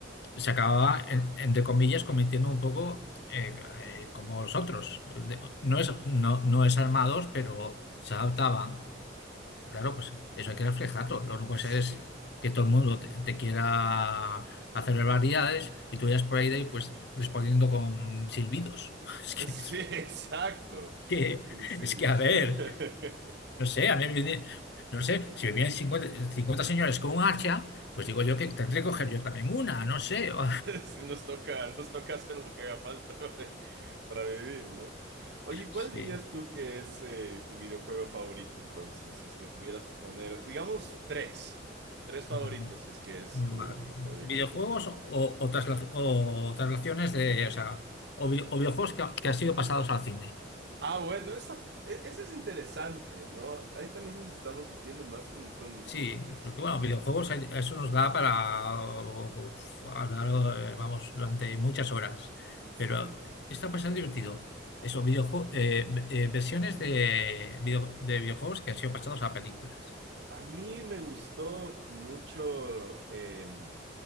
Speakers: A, on the left; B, on the right.
A: se acababa, en- entre comillas, convirtiendo un poco eh, eh, como los otros. De- No es, no, no es armados, pero se adaptaban. Claro, pues eso hay que reflejarlo. Lo que no puede
B: sí.
A: ser es que todo el mundo te, te quiera hacer barbaridades y tú vayas por ahí de ahí, pues respondiendo con silbidos. <laughs>
B: <laughs>
A: Es que,
B: Sí,
A: es
B: exacto.
A: que,
B: Sí.
A: es que a ver.
B: <laughs>
A: No sé, a mí me viene- no sé, si me vienen 50, 50 señores con un hacha, pues digo yo que tendré que coger yo también una, no sé. <laughs>
B: Sí, nos toca, nos toca hacer lo que haga falta <laughs> para, para vivir, ¿no? Oye, ¿cuál
A: Sí.
B: dirías tú que es eh, tu videojuego favorito entonces? Si es que tuvieras que poner, digamos, tres. Tres favoritos,
A: Mm,
B: si es que es tu,
A: Vale.
B: tu juego el
A: Videojuegos
B: que más te gusta.
A: o, o, trasla- o traslaciones de, o sea, o, vi- o videojuegos que, ha- que han sido pasados al cine.
B: Ah, bueno, esa, e- esa es interesante, ¿no? Ahí también nos estamos metiendo más con, con,
A: Sí,
B: con lo que es...
A: porque bueno,
B: tu-
A: videojuegos, hay- eso nos da para uf, hablar, eh, vamos, durante muchas horas.
B: Sí.
A: Pero está bastante divertido. Eso, videojue- eh, ve- eh, versiones de, video- de videojuegos que han sido pasados a películas.
B: A mí me gustó mucho, eh,